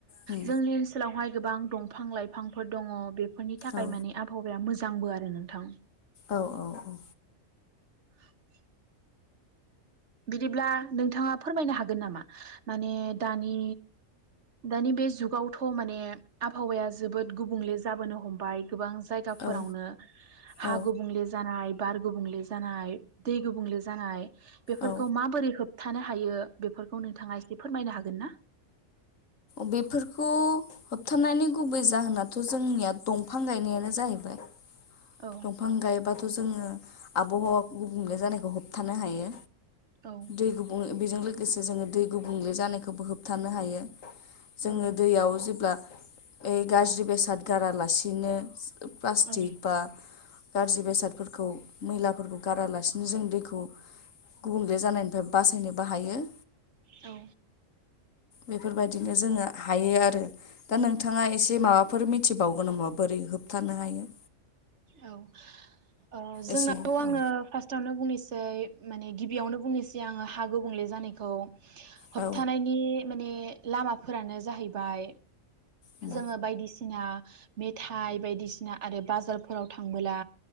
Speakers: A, on the left; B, on the right.
A: उम
B: जोंनि ओनसोलावहाय गोबां दंफां लाइफांफोर दङ बेफोरनि थाखाय
A: औ
B: माने आबहावाया मोज आरो नोंथां।
A: औ औ औ
B: <inaudible> बिदिब्ला नोंथाङा फोरमायनो हागोन नामा? माने दानि दानि बे जुगावथ' माने आब हावाया जोबोद गुबुंले जाबोनो हमबाय गोबां जायगाफोरावनो
A: ओ
B: हा
A: औ
B: गुबुंले जानाय बार गुबुंले जानाय दै गुबुंले जानाय बेफोरखौ
A: औ
B: माबोरै होब थानो हायो बेफोरखौ नोंथाङा एसे फोरमायनो हागोन ना?
A: बेफोरखौ होबथनायनि गुबै जाहोनाथ' जोंनिया दंफां गायनायानो जाहैबाय
B: औ
A: दंफां गायोबाथ' जोङो आबहावा गुबुंले जानायखौ होबथानो हायो।
B: औ
A: दै गुबुं बेजों लो गोसे जोङो दै गुबुंले जानायखौबो होबथानो हायो। जोङो
B: औ
A: दैयाव जेब्ला ए गाज्रि बेसाद गारालासिनो प्लास्टिक
B: औ
A: बा गाज्रि बेसादफोरखौ मैलाफोरखौ गारालासिनो जों दैखौ गुबुंले जानायनिफ्राय बासायनोबो हायो
B: औ
A: बेफोरबायदिनो जोङो हायो आरो दा नोंथाङा एसे माबाफोर मि थिबावगोन नामा बोरै होबथानो हायो
B: औ ओ जोंनाथ'
A: एसे
B: आङो
A: औ
B: फार्स्टआवनो बुंनि सै माने गिबियावनो बुंनोसै आङो हा गुबुंले जानायखौ
A: औ
B: होबथानायनि माने लामाफोरानो जाहैबाय
A: उम
B: जोङो बायदि सिना मेथाइ बायदिसिना आरो बाजारफोराव थांबोला